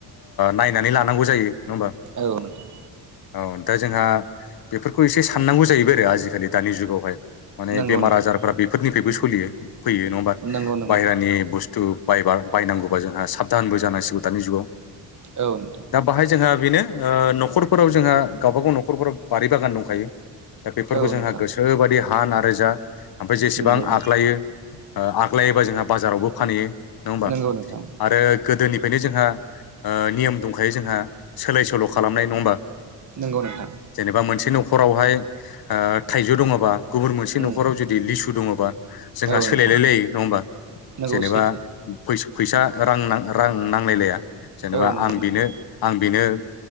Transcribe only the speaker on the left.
नायनानै लानांगौ जायो नङा होमबा
औ दा जोंहा बेफोरखौ एसे साननांगौ जाहैबाय आरो आजिखालि दानि जुगावहाय माने
बेमार
आजारफोरा बेफोरनिफ्रायबो सोलियो फैयो नङा होमबा
बायहेरानि
बुस्थु बायबार बायनांगौबा जोंहा साबधानबो जानांसिगौ दानि जुगाव
दा बाहाय जोंहा बेनो न'खरफोराव जोंहा गावबा गाव न'खरफोराव बारि बागान दंखायो दा बेफोरखौ
जोंहा
गोसोबायदि हान आरो जा ओमफ्राय जेसेबां
आगलायो आगलायोबा जोंहा बाजारावबो फानहैयो नङा होमबा
आरो गोदोनिफ्रायनो जोंहा नियम दंखायो जोंहा सोलाय सोल' खालामनाय नङा होमबा
जेनेबा मोनसे नखर नखरावहाय थाइजौ दङबा गुबुन मोनसे
न'खराव जुदि लिसु दङबा जोंहा
सोलायलाय
लायो नङा होमबा
जेनेबा
फैस फैसा रां रां नांलायलाया जेनेबा
आं बेनो
आं बेनो